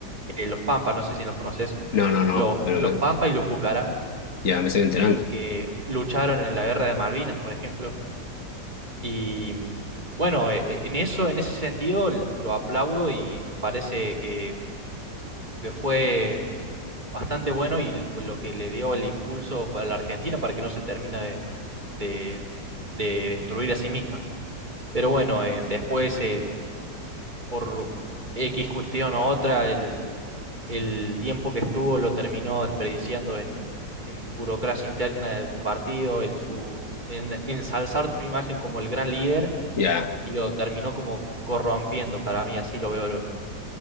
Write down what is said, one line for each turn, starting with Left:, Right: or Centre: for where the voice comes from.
Right: eh, los Pampa, no sé si los conoces,
Left: no, no, no,
Right: los,
Left: pero
Right: los Pampa y los Pucará,
Left: ya me estoy enterando.
Right: y que lucharon en la guerra de Malvinas, por ejemplo. Y mm, bueno, e- e- en eso, en ese sentido, l- lo aplaudo y me parece que, que fue bastante bueno y l- lo que le dio el impulso a la Argentina para que no se termine de, de- de destruir a sí misma. Pero bueno, eh, después eh, por X cuestión o otra, el, el tiempo que estuvo lo terminó desperdiciando en, en burocracia interna de su partido, en su, en ensalzar su imagen como el gran líder
Left: Ya,
Right: y lo terminó como corrompiendo, para mí así lo veo. yo.